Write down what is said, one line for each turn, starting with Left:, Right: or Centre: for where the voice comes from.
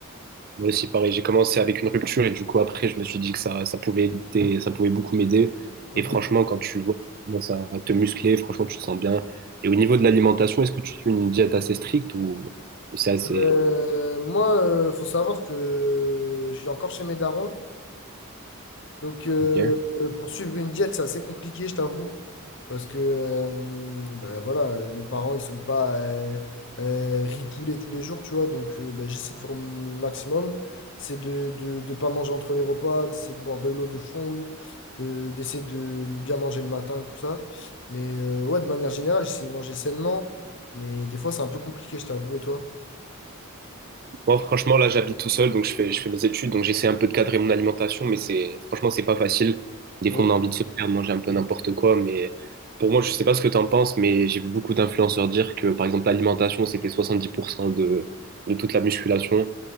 Right: Moi aussi, pareil. J'ai commencé avec une rupture et du coup, après, je me suis dit que ça, ça pouvait aider- ça pouvait beaucoup m'aider.
Left: Mhm.
Right: Et franchement, quand tu vois, tu commences à te muscler, franchement, tu te sens bien. Et au niveau de l'alimentation, est-ce que tu suis une diète assez stricte ou ou c'est assez.
Left: Euh, moi, euh, faut savoir que je vis encore chez mes darons. Donc, euh,
Right: Ok.
Left: euh, pour suivre une diète, c'est assez compliqué, je t'avoue. Parce que euh, bah, voilà, euh, mes parents, ils sont pas euh, euh, ripoulés tous les jours, tu vois. Donc, euh, bah, j'essaie de faire mon maximum. C'est de de, de pas manger entre les repas, d'essayer de boire de l'eau de fond, de, d'essayer de bien manger le matin et tout ça. Mais euh, ouais, de manière générale, j'essaie de manger sainement. Mais des fois, c'est un peu compliqué, je t'avoue. Et toi?
Right: Moi, franchement, là, j'habite tout seul, donc je fais, je fais mes études, donc j'essaie un peu de cadrer mon alimentation, mais c'est, franchement, c'est pas facile. Des
Left: Ouais,
Right: fois, on a envie de se faire manger un peu n'importe quoi, mais pour moi, je sais pas ce que t'en penses, mais j'ai vu beaucoup d'influenceurs dire que, par exemple, l'alimentation, c'était 70% de, de toute la musculation.